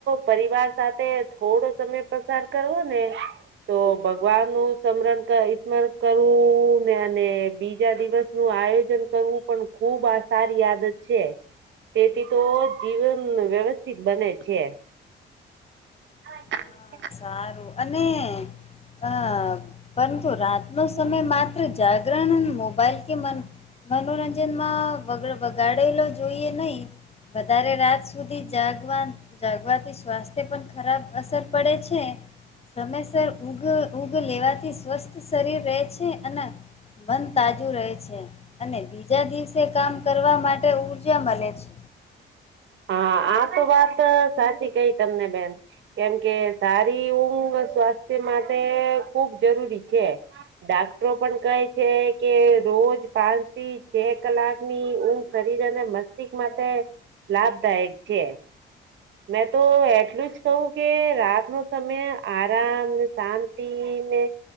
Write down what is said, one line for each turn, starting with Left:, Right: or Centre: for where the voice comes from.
Right: પરિવાર સાથે થોડો સમય પસાર કરવો ને તો ભગવાન નું સ્મરણ સ્મરણ કરું ને અને બીજા દિવસ નું આયોજન કરવું પણ ખુબ આ સારી આદત છે. તેથી તો જીવન વ્યવસ્થિત બને છે. <unintelligible>
Left: હા સારું અને અ પરંતુ રાત નો સમય માત્ર જાગરણ મોબાઈલ કે મન મનોરંજનમાં વગડ વગાડેલો જોઈએ નહી વધારે રાત સુધી જાગવા જાગવાથી સ્વાસ્થ્ય પણ ખરાબ અસર પડે છે સમયસર ઊઘ ઉઊઘ લેવાથી સ્વસ્થ શરીર રહે છે અને મન તાજું રહે છે અને બીજા દિવસે કામ કરવા માટે ઉઊર્જા મળે છે
Right: હા આ તો વાત સાચી કઈ તમને બેન કેમ કે સારી ઊંઘ સ્વાસ્થ્ય માટે ખુબ જરૂરી છે. ડાક્ટરો પણ કહે છે કે રોજ પાંચ થી છે કલાક ની ઊંચ ફરી જ ને મસ્ત્ક માટે લાભદાયક છે. મેં તો એટલું જ કહું કે રાતનો સમય આરામને શાંતિ ને